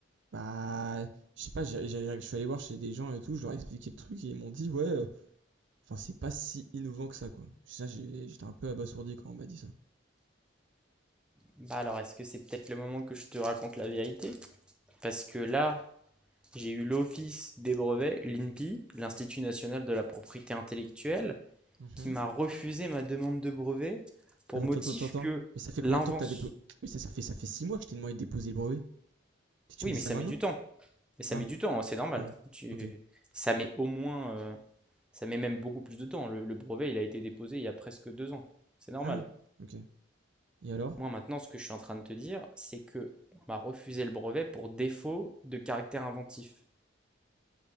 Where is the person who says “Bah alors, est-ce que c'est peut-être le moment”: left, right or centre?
Centre